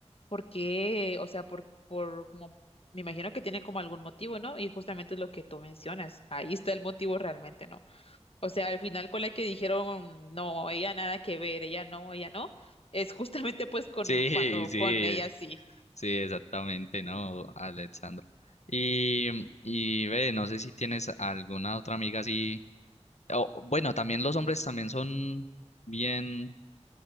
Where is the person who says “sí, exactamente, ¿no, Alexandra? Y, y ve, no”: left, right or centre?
Left